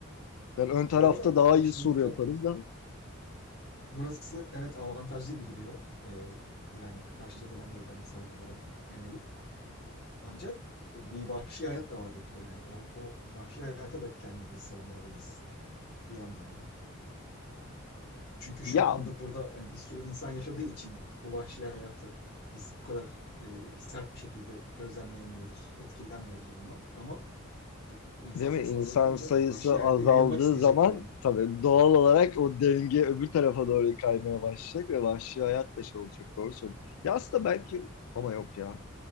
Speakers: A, on the left (about 85°); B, on the left (about 45°).
A: Yani ön tarafta
B: Bu arada
A: daha
B: tabii
A: iyi
B: şimdi
A: sur
B: mesela
A: yaparız da.
B: burası evet avantajlı gibi duruyor. Ee, yani karşı cepheden gelen saldırılara ka- yönelik. Ancak bir vahşi hayat da var burada yani. O, o vahşi hayata da kendimizi savunmalıyız bir yandan da. Çünkü
A: Ya
B: şu anda burada hani bir sürü insan yaşadığı için bu vahşi hayatı biz bu kadar e, sert bir şekilde gözlemleyemiyoruz, etkilenmiyoruz bundan. Ama bu insan
A: Değil
B: sayısı
A: mi? İnsan
B: azalınca
A: sayısı
B: vahşi hayata
A: azaldığı
B: yayılmak isteyecek
A: zaman
B: yani.
A: tabii doğal olarak o denge öbür tarafa doğru kaymaya başlayacak ve vahşi hayat da şey olacak. Doğru söylüyorsun. Ya aslında belki ama yok ya.